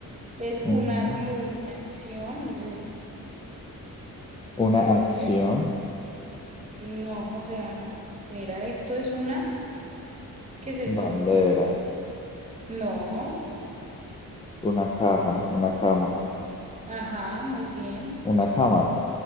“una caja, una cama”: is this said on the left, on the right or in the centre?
Left